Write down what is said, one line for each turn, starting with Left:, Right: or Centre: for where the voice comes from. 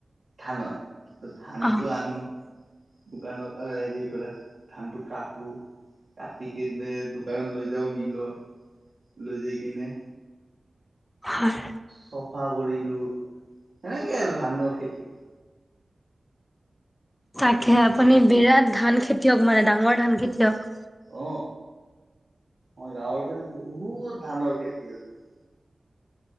Right: ধানৰ। ধানটো
Left: অ
Right: আনো, দোকানৰ হেৰিৰ পৰা, ধানটো কাটো। কাটি কেনে দোকানত লৈ যাও, মিলত লৈ যাই কিনে
Left: হয়।
Right: চফা কৰিলো, সেনেকে আৰু ধানৰ খেতি।
Left: তাকে, আপুনি বিৰাট ধান খেতিয়ক মানে ডাঙৰ ধান খেতিয়ক।
Right: অ, মই গাঁৱৰ পিনে বহুত ধানৰ খেতি আছে।